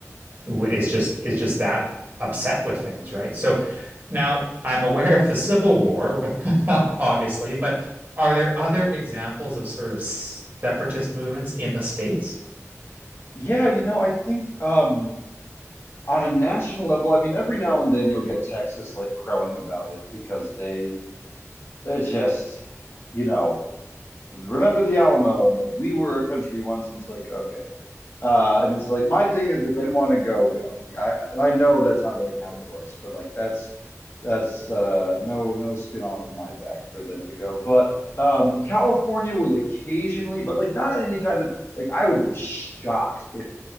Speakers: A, on the right; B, on the left.
A: w- is just is just that upset with things, right? So now I'm aware of the Civil War, <laughs> obviously, but are there other examples of sort of separatist movements in the States?
B: Yeah, you know, I think um on a national level, I mean, every now and then you'll get Texas like crowing about it because they they're just, you know. remember the Alamo and like we were a country once and it's like okay man uh and it's like my thing is if they want to go go like I and I know that's not really how it works but like that's that's uh no no skin off of my back for them to go but um California will occasionally but like not any kind of like I would be shocked if